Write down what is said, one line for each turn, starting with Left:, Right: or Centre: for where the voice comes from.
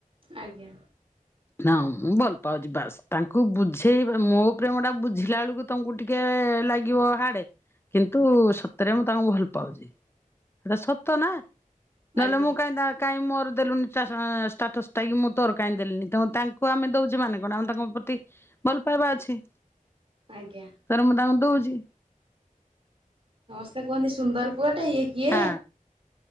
Right: ଆଜ୍ଞା।
Left: ହ ମୁଁ ଭଲ ପାଉଛି ବାସ ତାଙ୍କୁ ବୁଝେଇ ମୋ ପ୍ରେମ ଟା ବୁଝିଲା ବେଳକୁ ତମକୁ ଟିକେ ଲାଗିବ ହାଡେ କିନ୍ତୁ ସତରେ ମୁଁ ତାଙ୍କୁ ଭଲ ପାଉଛି। ସେଟା ସତ ନା ନହେଲେ
Right: ଆଜ୍ଞା।
Left: ମୁଁ କାହିଁ କାହିଁ ମୋର ଦେଲୁନି ଷ୍ଟାଟସ୍ ଟ କି ମୁଁ ତୋର କାହିଁ ଦେଲିନି ତ ତାଙ୍କୁ ଆମେ ଦଉଛେ ମାନେ କଣ ଆମ ତାଙ୍କ ପ୍ରତି ଭଲ ପାଇବା ଅଛି।
Right: ଆଜ୍ଞା।
Left: ତରେ ମୁଁ ତାଙ୍କୁ ଦଉଛି।
Right: ସମସ୍ତେ କୁହନ୍ତି ସୁନ୍ଦର ପୁଅଟେ ଇଏ କିଏ
Left: ହଁ